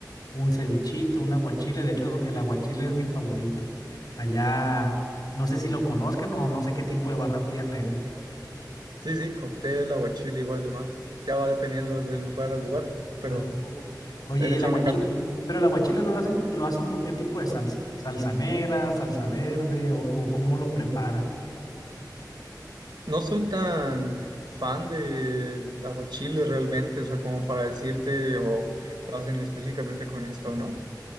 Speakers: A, on the left; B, on the right.
A: un cevichito, un aguachile. De hecho, el aguachile es mi favorito. Allá, no sé si lo conozcan o no sé qué tipo de barra fría tengan.
B: Sí, sí, cóctel, aguachile, igual de más. Ya va dependiendo del lugar al lugar, pero
A: Ajá. O- Oye,
B: en
A: ¿y
B: eso
A: el aguachile?
B: no cambia.
A: Pero el aguachile lo hacen, lo hacen con qué tipo de salsa? ¿Salsa negra, salsa verde o, o cómo lo preparan?
B: No soy tan fan del aguachile realmente, o sea, como para decirte o lo hacen específicamente con esto, ¿no?